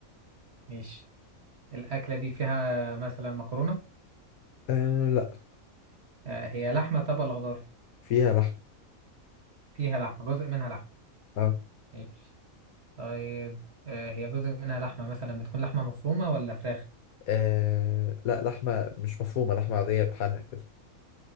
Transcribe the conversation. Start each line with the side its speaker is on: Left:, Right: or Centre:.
Right: ماشي الأكلة دي فيها مثلا مكرونة
Left: آه لا
Right: آه، هي لحمة طب ولا خضار
Left: فيها لحم
Right: فيها لحمة جزء منها لحمة
Left: آه.
Right: ماشي طيب آه، هي جزء منها لحمة مثلا بتكون لحمة مفرومة ولا فراخ
Left: آه لا لحمة مش مفرومة لحمة عادية بحالها كده